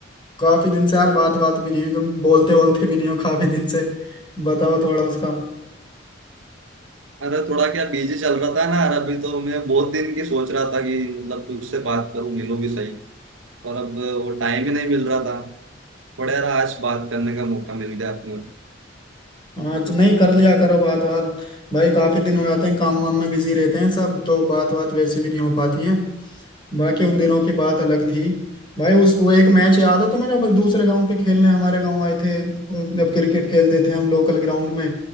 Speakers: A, on the left; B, on the right.
A: काफी दिन से यार बात बात भी नहीं हुई तुम बोलते बोलते भी नहीं हो काफी दिन से बताओ थोड़ा उसका
B: अरे थोड़ा क्या बिजी चल रहा था ना यार अभी तो मैं बहुत दिन की सोच रहा था कि मतलब तुझसे बात करूं मिलूं भी सही पर अब वो टाइम ही नहीं मिल रहा था थोड़ा यार आज बात करने का मौका मिल गया अपने
A: हाँ तो नहीं कर लिया करो बात यार भाई काफी दिन हो जाते हैं काम वाम में बिजी रहते हैं सब तो बात बात वैसे भी नहीं हो पाती है बाकी उन दिनों की बात अलग थी भाई उस वो एक मैच याद है तुम्हें जब दूसरे गांव के खेलने हमारे गांव आए थे जब क्रिकेट खेलते थे हम लोकल ग्राउंड में